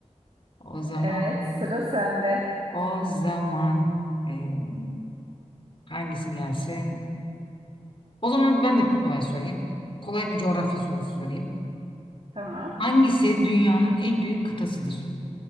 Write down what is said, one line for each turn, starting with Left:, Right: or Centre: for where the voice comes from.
Left: O zaman
Right: Evet, sıra sende.
Left: o zaman eee, hangisi gelsin? O zaman ben de kolay sorayım. Kolay bir coğrafya sorusu sorayım.
Right: Tamam.
Left: Hangisi dünyanın en büyük kıtasıdır?